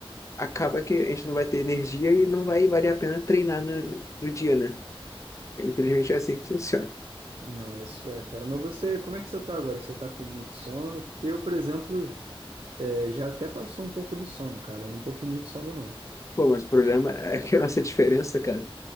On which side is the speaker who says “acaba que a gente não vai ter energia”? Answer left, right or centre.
Left